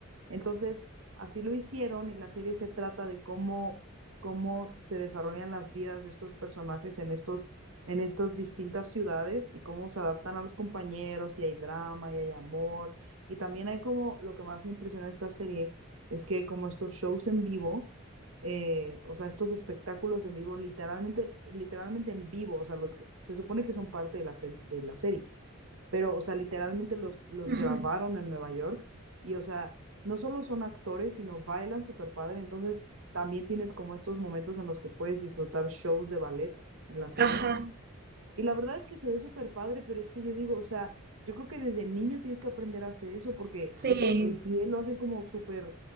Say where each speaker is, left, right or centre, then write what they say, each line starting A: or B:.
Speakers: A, on the right (about 70°); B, on the right (about 45°).
A: entonces, así lo hicieron y la serie se trata de cómo, cómo se desarrollan las vidas de estos personajes en estos, en estas distintas ciudades y cómo se adaptan a los compañeros y hay drama y hay amor. Y también hay como, lo que más me impresionó de esta serie es que como estos shows en vivo, eh, o sea, estos espectáculos en vivo, literalmente, literalmente en vivo, o sea, los, que- se supone que son parte de la, pel- de la serie, pero, o sea, literalmente los, los
B: ujú,
A: grabaron en Nueva York y, o sea, no solo son actores, sino bailan súper padre, entonces también tienes como estos momentos en los que puedes disfrutar shows de ballet en la serie
B: Ajá.
A: y la verdad es que se ve súper padre, pero es que yo digo, o sea, yo creo que desde niño tienes que aprender a hacer eso porque
B: Sí.
A: es, el pie lo hace como súper,